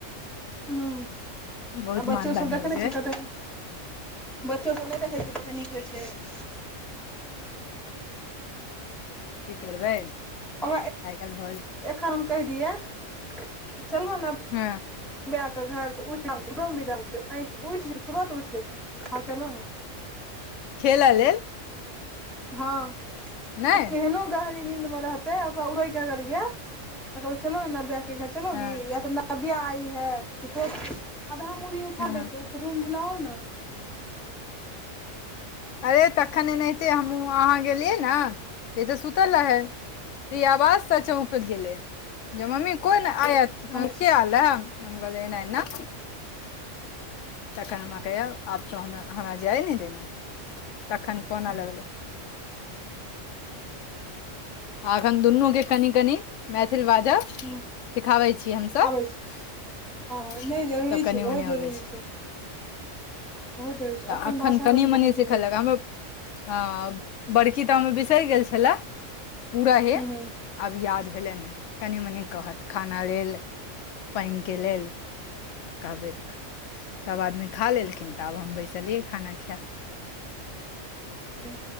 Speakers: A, in the centre; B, on the left.
A: <unintelligible>
B: बहुत
A: आ बच्चोसभ
B: मानदान होइ
A: देखैतने
B: छै
A: छियै कतेक <inaudible> बच्चोसभ नहि देखैत छियै कतेक नीक रहैए छै
B: <inaudible> की करबै
A: <unintelligible>
B: आइ काल्हि भऽ जाइ
A: कहि दिय चलबे ने
B: हु
A: <unintelligible> तुरत उठि जेतै हँ चलू ने
B: खेल लेल
A: हँ <inaudible>
B: नै
A: ओ केहनो गहरी नींद में रहतै ओकरा उ र के अगर या कहबै नब्या के घर चलोगी
B: हँ
A: नब्या आई है कि तुरंत आधा मुरी उठा
B: हँ
A: देते उसको रूम बुलाओ न
B: अरे तखन एनाहिते हमहूँ अहाँ गेलियै ने से ई तऽ सुतल रहै ई आवाज से चौकल गेले मम्मी कोन आय के
A: अच्छा
B: आल है हम कहलियै नैना तखन हमरा कहैय आप त हमरा जाय नहि देलही तखन कोनअ लगै लै अखन दुनू के कनि कनि मैथिल बाज सिखाबै
A: ह
B: छियै हमस
A: आबै छै
B: सब
A: हँ हँ नहि जरूरी
B: <inaudible>
A: छै
B: कनि
A: बहुत
B: मनी
A: जरूरी
B: अबै छै
A: बहुत जरूरी छै
B: तऽ
A: अपन
B: एखन
A: भाषा
B: कनि
A: तऽ
B: मनि
A: बहुत
B: सिखय
A: जरूरी
B: लक
A: छै
B: हमर हँ बड़की टा में बिसरि गेल छलै पूरा हे
A: ह ह
B: आब याद भेलनि हँ कनि मनि कहत खाना लेल पइन के लेल कहबे तऽ सब आदमी खा लेलखिन तऽ आब हम बैस चलिय खाना खा
A: अच्छा